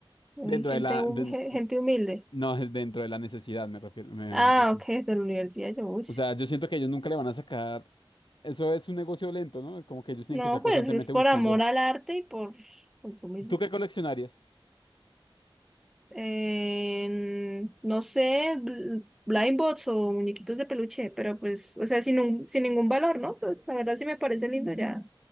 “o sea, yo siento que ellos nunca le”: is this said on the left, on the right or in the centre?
Left